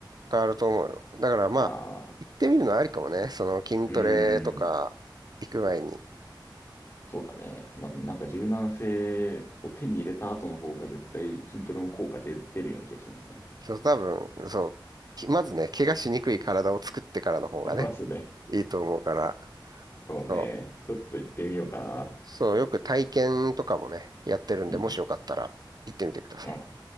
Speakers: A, on the right; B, on the left.
A: 変わると思うよ。だからまあ、
B: ー、ああ
A: 行ってみるのはありかもね。その筋トレとか行く前に。
B: うーん。そうだね。まあ、なんか柔軟性を手に入れた後の方が絶対筋トレも効果出、出るような気がするんですね。
A: そう、多分、そう、きまずね、怪我しにくい体を作ってからの方がね、
B: <laughs> ますね。
A: いいと思うから、
B: そうね。
A: そ
B: ちょっと行ってみようかな。
A: う、そう、よく体験とかもね、やってるんで、
B: うん
A: もしよかったら行ってみてください。
B: うん。あ、